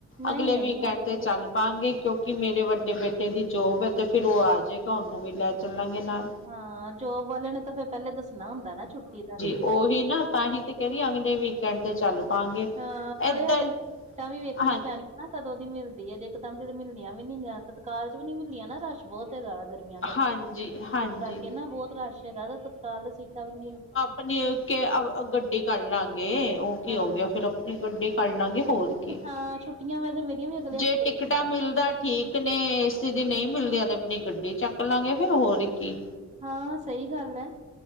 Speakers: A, on the right (about 25°); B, on the left (about 45°).
A: ਨਹੀਂ-ਨਹੀਂ
B: ਅਗਲੇ ਵੀਕ ਐਂਡ
A: ਹਜੇ
B: ਤੇ ਚੱਲ ਪਾਂਗੇ ਕਿਉਂਕਿ ਮੇਰੇ ਵੱਡੇ ਬੇਟੇ ਦੀ ਜੋਬ ਐ, ਤੇ ਫੇਰ ਓ ਆ ਜੇਗਾ ਓਨੂੰ ਵੀ ਲੈ ਚੱਲਾਂਗੇ ਨਾਲ।
A: ਹਾਂ ਜੋਬ ਵਾਲੇ ਨੂੰ ਤਾਂ ਫੇਰ ਪੈਲੇ ਦੱਸਣਾ ਹੁੰਦਾ ਨਾ ਛੁੱਟੀ ਦਾ।
B: ਓਹੀ ਨਾ ਤਾਂਹੀ ਤੇ ਕੈ ਰੀ ਅਗਲੇ ਵੀਕ ਐਂਡ ਤੇ ਚੱਲ ਪਾਂਗੇ
A: ਹਾਂ ਨਾਲੇ
B: ਇੱਧਰ
A: ਹਲੇ ਤੇ ਸੀਟਾਂ ਵੀ ਵੇਖਣੀਆਂ
B: ਹਾਂ
A: ਪੈਣੀਆਂ। ਨਾ ਕਦੋਂ ਦੀ ਮਿਲਦੀ ਏ ਤੇ ਇੱਕਦਮ ਦੀ ਮਿਲਣੀਆਂ ਵੀ ਨੀ ਆ। ਤਤਕਾਲ 'ਚ ਵੀ ਨੀ ਮਿਲਣੀਆਂ ਨਾ ਰਸ਼ ਬੋਤ ਹੈਗਾ ਵਾ ਗਰਮੀਆਂ ਕਰਕੇ,
B: ਹਾਂਜੀ
A: ਛੁੱਟੀ
B: ਹਾਂਜੀ
A: ਕਰਕੇ ਨਾ ਬੋਤ ਰਸ਼ ਹੈਗਾ ਤੇ ਤਤ ਤਤਕਾਲ ਤੇ ਸੀਟਾਂ ਵੀ ਨੀ ਮਿਲ ਦੀਆਂ।
B: ਆਪਨੀ ਕੇ ਆ ਆ ਗੱਡੀ ਕਰ ਲਾਂਗੇ। ਓ ਕੀ
A: ਹਾਂ
B: ਹੋ ਗਿਆ, ਫੇਰ ਆਪਣੀ ਗੱਡੀ ਕਰ ਲਾਂਗੇ ਹੋਰ ਕੀ।
A: ਆ ਛੁੱਟੀਆਂ ਵੈਸੇ ਮੇਰੀਆਂ ਵੀ ਅਗਲੇ
B: ਜੇ
A: ਹਫ਼ਤੇ
B: ਟਿਕਟਾਂ
A: ਹੀ ਆ
B: ਮਿਲਦਾ ਠੀਕ ਨੇ ਏ ਸੀ ਦੀ ਨਈ ਮਿਲਦੀਆਂ ਤੇ, ਆਪਣੀ ਗੱਡੀ ਚੱਕ ਲਾਂਗੇ ਫੇਰ ਹੋਰ ਕੀ।
A: ਹਾਂ ਸਈ ਗੱਲ ਐ